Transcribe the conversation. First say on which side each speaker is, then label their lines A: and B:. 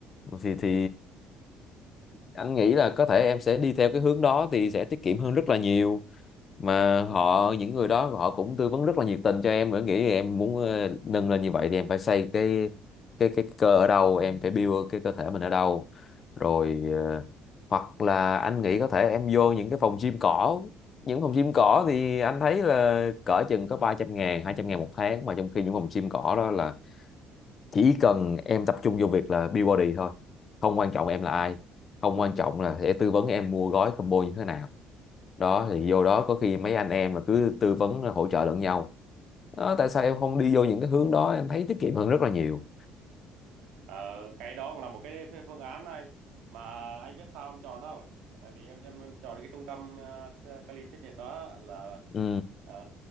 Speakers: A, on the left; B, on the right.
A: thì thì anh nghĩ là có thể em sẽ đi theo cái hướng đó thì sẽ tiết kiệm hơn rất là nhiều mà họ những người đó họ cũng tư vấn rất là nhiệt tình cho em em nghĩ em muốn ờ, nâng lên như vậy thì em phải xây cái cái cái cơ ở đâu em phải build cái cơ thể mình ở đâu rồi ờ, hoặc là anh nghĩ có thể em vô những cái phòng gym cỏ những phòng gym cỏ thì anh thấy là cỡ chừng có ba trăm ngàn hai trăm ngàn một tháng mà trong khi những phòng gym cỏ đó là chỉ cần em tập trung vô việc là build body thôi không quan trọng em là ai không
B: <laughs>
A: quan trọng là sẽ tư vấn em mua gói combo như thế nào đó thì vô đó có khi mấy anh em là cứ tư vấn ờ, hỗ trợ lẫn nhau đó, tại sao em không đi vô những cái hướng đó em thấy tiết kiệm hơn rất là nhiều
B: Ờ, cái đó cũng là một cái phương án anh mà anh biết sao em chọn không? Tại vì em em, em chọn cái trung tâm ờ, F- Cali Fitness đó là
A: ừ
B: ờ,